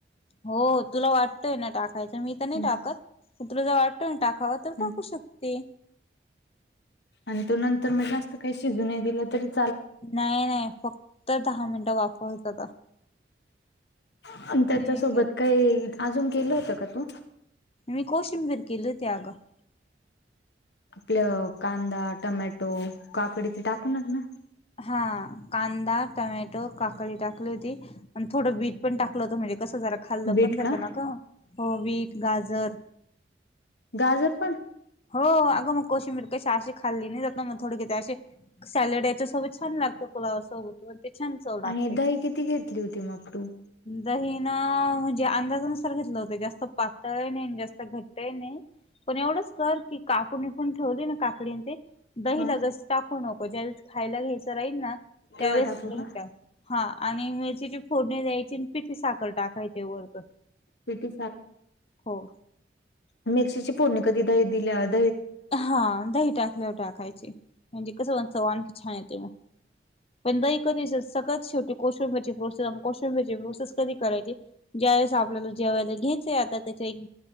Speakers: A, on the left; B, on the left.
A: हो तुला वाटतंय ना टाकायचं मी तर नाही
B: हम्म
A: टाकत तुला ज वाटतोय ना टाक. कवा तर
B: हम्म
A: टाकू शकती.
B: आणि तो नंतर मणजे जात काही शिजून दिलं तर.
A: नाही नाही फक्त दहा मिनिटं वाफवायचंता.
B: आणि त्याच्या
A: हे
B: सोबत
A: केलं.
B: काही अजून केलं होतं का तू.
A: मी कोशिंबीर केली होती अगं.
B: आपलं कांदा टमॅटो काकडी ते टाकूनच ना.
A: हा कांदा टमॅटो काकळी टाकली होती. आणि थोडं बीट पण टाकलं होत म्हणजे कसं जरा खाल्लं
B: बीट
A: पण जातं
B: का?
A: ना ग हो बीट गाजर.
B: गाजर पण.
A: हो अगं मग कोशी मिर कश असे खाल्ली नाही जात ना मग थोडे कि असे. सॅलड याच्या सोबत छान लागतं पुलावा सोबत. ते छान चव. लागते.
B: आणि दही किती घेतली होती मग तू.
A: दही ना म्हणजे अंदाजानुसार घेतलं होतं जास्त पातळ नाही जास्त घट्ट नाही. पण एवढंच कर की कापून विपून ठेवले ना काकडी ते दही
B: हा
A: लगेच. टाकू नको ज्यावेळेस खायला घ्यायचं राहील ना त्यावेळेस
B: तेव्हा टाकू
A: टाक.
B: का?
A: हा आणि मिरचीची फोड दयची. पीटी साखर टाकाय वरन
B: पिठी
A: हो.
B: म मिरषशीची पूर्णिकाीदा इदी लि.
A: हा दही टाकल्यावर टाकायची म्हणजे कसं म्हणत आणखी छान येते मग. पण दही कधीस सगळत शेटी कोशुंब्याची प्रोसेस कोशुंब्याची प्रोसेस कधी करायची. ज्यावेेळेस आपल्याला जेवळेला घ्याय आता त्याच्या एक